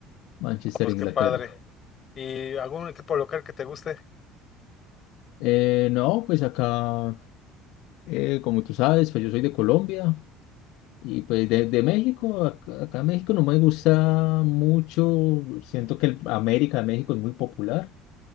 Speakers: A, on the left; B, on the left.
A: Manchester,
B: Pues
A: Inglaterra.
B: qué padre. ¿Y algún equipo local que te guste?
A: Eh, no, pues acá. Eh, como tú sabes, pues yo soy de Colombia y pues de, de México, ac- acá, en México no me gusta mucho, siento que el América de México es muy popular,